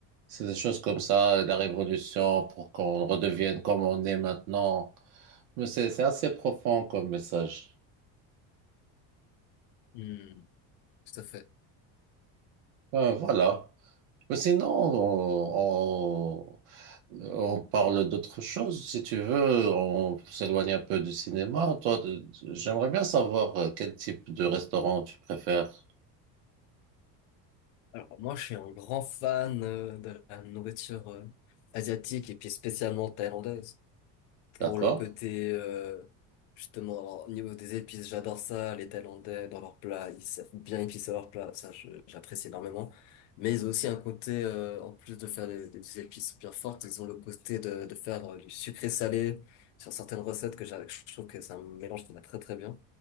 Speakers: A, on the right; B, on the left.
A: C'est des choses comme ça, la révolution pour qu'on redevienne comme on est maintenant. Mais c'est c'est assez profond comme message.
B: Hmm, tout à fait.
A: Euh, voilà. Mais sinon, on, on, on parle d'autre chose, si tu veux. On s'éloigne un peu du cinéma. Toi, t- j'aimerais bien savoir euh, quel type de restaurant tu préfères.
B: Alors, moi, je suis un grand fan euh, de la nourriture euh, asiatique et puis spécialement thaïlandaise. pour
A: D'accord?
B: le côté euh, justement alors, au niveau des épices j'adore ça les Thaïlandais dans leurs plats ils savent bien épicer leurs plats ça je- j'apprécie énormément mais ils ont aussi un côté euh, en plus de faire des, des épices bien fortes ils ont le côté de, de faire euh, du sucré salé sur certaines recettes que j'a- je trouve que c'est un mélange qui va très très bien